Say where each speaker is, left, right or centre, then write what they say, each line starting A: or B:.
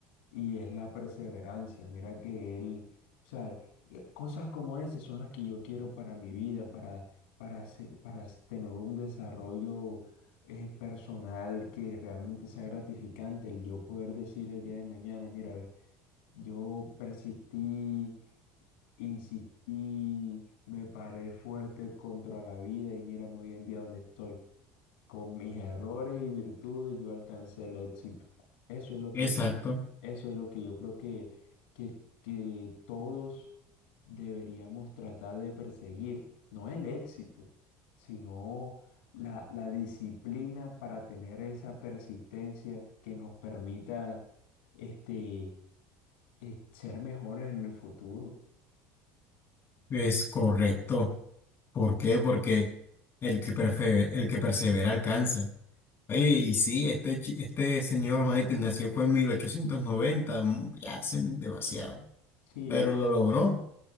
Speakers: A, on the left; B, on the left.
A: y es la perseverancia. Mira que él, o sea, eh, cosas como esas son las que yo quiero para mi vida, para, para, se- para s- tener un desarrollo eh, personal que realmente sea gratificante, el yo poder decir el día de mañana, mira, ve, yo persistí. Insistí, me paré fuerte contra la vida y mírame hoy en día donde estoy. Con mis errores y virtudes yo alcancé el éxito. Eso es lo
B: Exacto.
A: que yo, eso es lo que yo creo que, que, que todos deberíamos tratar de perseguir. No el éxito, sino la, la disciplina para tener esa persistencia que nos permita este, eh, ser mejores en el futuro.
B: Es correcto. ¿Por qué? Porque el que perfe- el que persevera alcanza. Oye, y sí, este, chi- este señor Maiten nació fue en 1890, mm, ya hace demasiado.
A: Sí.
B: pero lo logró.